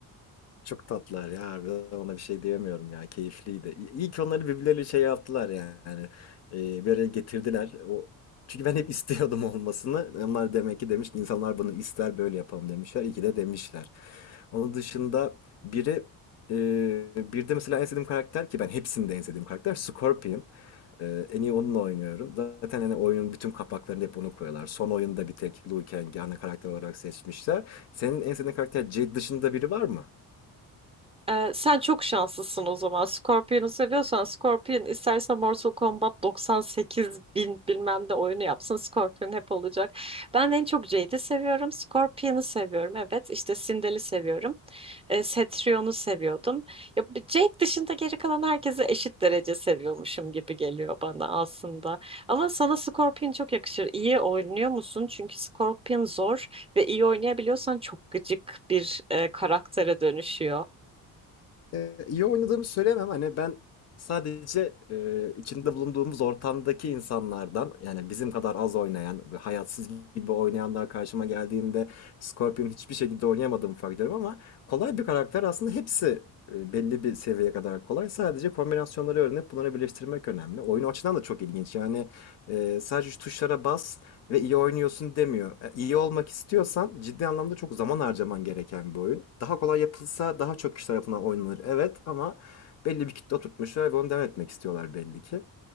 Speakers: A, on the left; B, on the right.
A: Çok tatlılar ya harbiden ona bir şey diyemiyorum ya keyifliydi. İ- İyi ki onları birbirleriyle şey yaptılar yani Ee, bir araya getirdiler. O çünkü ben hep <laughs> istiyordum olmasını. Onlar demek ki demiş insanlar bunu ister böyle yapalım demişler. İyi ki de demişler. Onun dışında biri e, bir de mesela en sevdiğim karakter ki ben hepsinde en sevdiğim karakter Scorpion. Ee, en iyi onunla oynuyorum. Zaten hani oyunun bütün kapaklarını hep onu koyuyorlar. Son oyunda bir tek Liu Kang'i ana karakter olarak seçmişler. Senin en sevdiğin karakter Jade dışında biri var mı?
B: Ee, sen çok şanslısın o zaman. Scorpion'u seviyorsan Scorpion isterse Mortal Kombat 98 bin bilmem de oyunu yapsın. Scorpion hep olacak. Ben en çok Jade'i seviyorum. Scorpion'u seviyorum. Evet işte Sindel'i seviyorum. E, Cetrion'u seviyordum. Ya, bu Jade dışında geri kalan herkesi eşit derece seviyormuşum gibi geliyor bana aslında. Ama sana Scorpion çok yakışır. İyi oynuyor musun? Çünkü Scorpion zor ve iyi oynayabiliyorsan çok gıcık bir e, karaktere dönüşüyor.
A: E, iyi oynadığımı söyleyemem. Hani ben sadece e, içinde bulunduğumuz ortamdaki insanlardan yani bizim kadar az oynayan, hayatsız gibi oynayanlar karşıma geldiğinde Scorpion hiçbir şekilde oynayamadığımı fark ediyorum ama kolay bir karakter aslında hepsi e, belli bir seviyeye kadar kolay. Sadece kombinasyonları öğrenip bunları birleştirmek önemli. Oyun o açıdan da çok ilginç. Yani e, sadece şu tuşlara bas ve iyi oynuyorsun demiyor. E, İyi olmak istiyorsan ciddi anlamda çok zaman harcaman gereken bir oyun. Daha kolay yapılsa daha çok kişi tarafından oynanır. Evet ama belli bir kitle oturtmuşlar ve onu devam etmek istiyorlar belli ki.